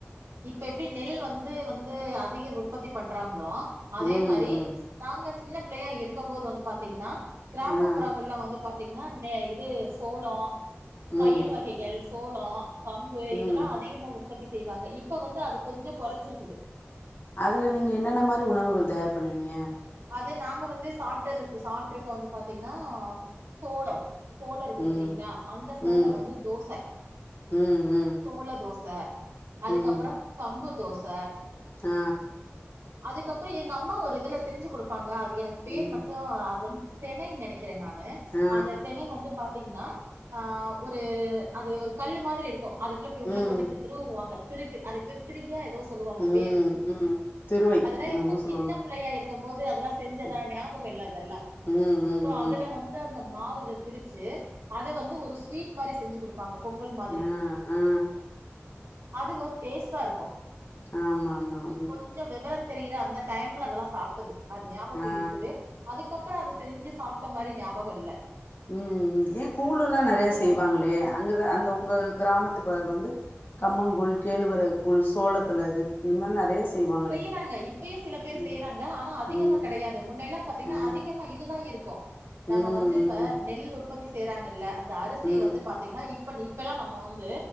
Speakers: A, on the right; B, on the left.
A: இப்ப எப்டி நெல் வந்து வந்து அதிக உற்பத்தி பண்றாங்களோ அதே
B: ம்
A: மாரி
B: ம்
A: நாங்க சின்ன பிள்ளையா இருக்கம்போது வந்து பாத்திங்கன்னா கிராமப்புறங்கள்ல
B: ஆ
A: வந்து பாத் திங்னா நெ இது சோளொ
B: ம்
A: பயிர் வகைகள் சோளொ கம்பு
B: ம்
A: இதெல்லா அதிகமா உற் பத்தி செய்வாங்க இப்ப வந்து அது கொஞ்சொ கொறஞ்சுருக்குது
B: அதுல நீங்க என்னென்ன மாரி உணவுகள் தயார் பண்ணுவீங்க
A: அது நாங்க வந்து சாப்டதுக்கு சாப்ட்ருக்கோ வந்து பாத்தீங்கனா சோளொ சோள இருக்கு
B: ம்
A: பாத்தீங்ளா அந்த சோள
B: ம்
A: வந்து தோச
B: ம் ம்
A: சோள தோ ச அதுக்கப்றம்
B: ம்
A: கம்புத் தோச
B: ஆ
A: அதுக்கப்றொ எங்கம்மா ஒரு இதுல செஞ்சு குடுப்பாங்க அ து எனக்கு
B: ம்
A: பேர் மட்டு அது வந் தெனை நெனை கிறே நானு
B: ஆ ஆ
A: அந்த தெனை வந்து பாத்தீங்கனா ஆ ஒரு அது ஒரு கல்லு மாதிரி இருக்கு அதுக்குள்ள இப்டி உள்ள
B: ம்
A: போட்டுப்டி திருவுவாங்க திருகு அதுக் பேரு திருகு எதோ சொல்லுவாங்க
B: ம்
A: பேரு
B: ம் திருவை
A: அதெல்லா
B: என்னமோ
A: எப்போ
B: சொல்லுவாங்க
A: சின்ன பிள்ளையா இருக் கம்போது அதுலா செஞ்சதா
B: ம்
A: ஞாபக இல்ல அதெல்லா
B: ம் ம்
A: சோ அதுல
B: ம்
A: வந்து அந்த மாவு இத திரிச்சு அத வந்து ஒரு ஸ்வீட் மாரி செஞ்சு குடுப்பாங்க பொங்கல் மாதிரி
B: ஆ ஆ
A: அது ஒரு டேஸ்டாருக்கு
B: ஆமா ஆமா ம்
A: கொஞ்சொ வெவரம் தெரியிற அந் த டைம்ல அதல்லா சாப் டது அது ஞாபக
B: ஆ
A: இருக்குது அதுக் கப்ற அத செஞ்சு சாப்ட்ட மாரி ஞாபகொல்ல
B: ம் ஏ கூழுல்லா நெறைய செய்வாங்ளே
A: நம்ம
B: அங்கத அந்த உங்க கிராமத்து பழக வந்து கம்மங்கூழ் கேழ்வரகு கூழ் சோளத்துல இது இந் மார் நெறைய செய்வாங்களே
A: செய்யிறாங்க இப்பயு சில பேர்
B: ம்
A: செய்யிறாங்க ஆனா அதிகமா
B: ம்
A: கெடையாது முன்னையல்லா பாத்தீங்னா
B: ஆ
A: அதிகமா இதுதா இருக் கு
B: ம்
A: நம்ம வந்து இப்ப நெல் உற்பத்தி செய்ராங்கல்ல இந்த அரிசி
B: ம்
A: வந்து பாத்தீங்னா இப் ப நிப்பைலா நம்ம வந்து